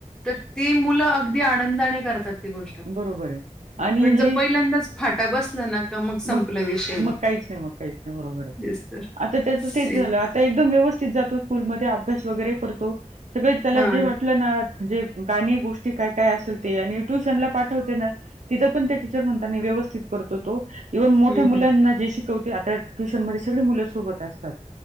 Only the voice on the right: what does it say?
बरोबर आहे आणि
हे
मग
मग काहीच नाही मग काहीच नाही बरोबर आहे
आता त्याचं तेच
झालं आता. तर एकदम व्यवस्थित जातो स्कूलमध्ये अभ्यास वगैरे करतो सगळे त्याला
जे वाटलं ना. म्हणजे गाणी गोष्टी काय काय असेल ते आणि ट्युशनला. पाठवते ना तिथ पण ते टीचर म्हणता व्यवस्थित करतो तो इव्हन मोठ्या
मुलांना
जे शिकवते, आता ट्यूशनमध्ये सगळे मुलं सोबत असतात